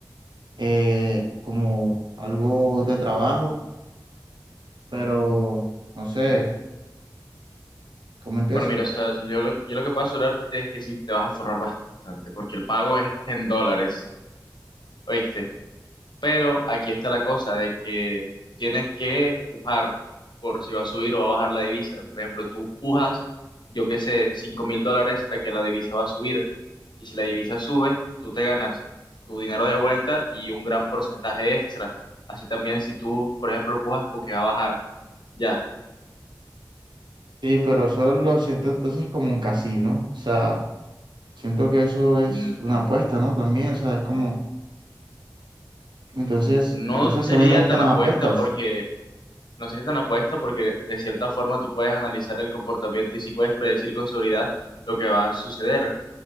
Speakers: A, on the right; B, on the left.
A: eh, como algo de trabajo, pero no sé, ¿cómo empiezo?
B: Bueno, mira, o sea, yo lo, yo lo que puedo asegurarte es que sí te vas a forrar bastante, porque el pago es en dólares. ¿Oíste? Pero aquí está la cosa de que tienes que pujar por si va a subir o va a bajar la divisa. Por ejemplo, tú pujas, yo qué sé, cinco mil dólares a que la divisa va a subir. Y si la divisa sube, tú te ganas tu dinero de vuelta y un gran porcentaje extra. Así también si tú, por ejemplo, pujas como que va a bajar. Ya.
A: Sí, pero eso lo siento entonces como un casino, o sea, siento que eso es
B: Mm,
A: una
B: mm,
A: apuesta, ¿no? También, o sea, es como, entonces,
B: No
A: y tú sabes
B: sería
A: que a mí no me gustan
B: tan
A: las
B: apuesta
A: apuestas.
B: porque, no sería tan apuesta porque de cierta forma tú puedes analizar el comportamiento y sí puedes predecir con seguridad lo que va a suceder.